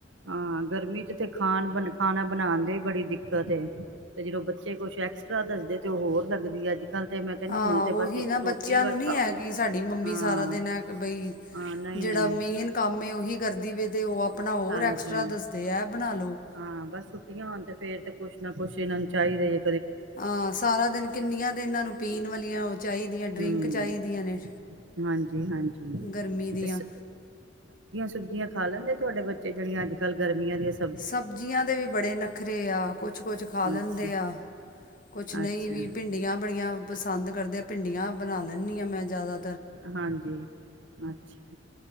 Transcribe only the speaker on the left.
ਆਹ
ਉਹੀ
ਨਾ
ਬੱਚਿਆਂ ਨੂੰ
ਨੀ
ਹੈਗੀ ਸਾਡੀ ਮੰਮੀ
ਸਾਰਾ ਦਿਨ ਹੈ ਬਈ ਜਿਹੜੇ
ਜਿਹੜਾ
ਮੇਨ ਕੰਮ ਉਹੀ ਕਰਦੀ ਵੀ ਤੇ ਉਹ ਆ ਆਪਣਾ ਹੋਰ
ਐਕਸਟਰਾ ਦੱਸਦੇ ਹੈ ਬਣਾ ਲਉ।
ਹਾਂ, ਸਾਰਾ ਦਿਨ ਕਿੰਨੀਆਂ ਤੇ ਇਹਨਾਂ ਨੂੰ ਪੀਣ ਵਾਲੀਆਂ ਉਹ ਚਾਹੀਦੀਆਂ ਡਰਿੰਕ
ਚਾਹੀਦੀਆਂ ਨੇ,
ਗਰਮੀ ਦੀਆਂ।
ਸਬਜ਼ੀਆਂ ਦੇ ਵੀ ਬੜੇ ਨੱਖਰੇ ਆ। ਕੁਛ- ਕੁਛ ਖਾ ਲੈਂਦੇ
ਆ। ਕੁਛ ਨਹੀਂ
ਵੀ ਭਿੰਡੀਆਂ ਬੜੀਆਂ ਪਸੰਦ ਕਰਦੇ। ਭਿੰਡੀਆਂ ਬਣਾ ਲੈਂਦੀ ਹਾਂ ਮੈਂ ਜ਼ਿਆਦਾ